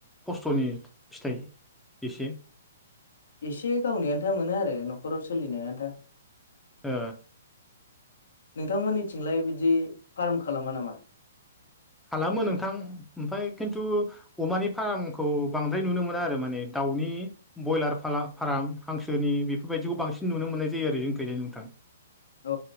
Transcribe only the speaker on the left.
एसे गावनि आन्था मोनो आरो नखराव सोलिनो आन्था।
नोंथांमोननि थिंलाय बिदि फार्म खालामा नामा?
औ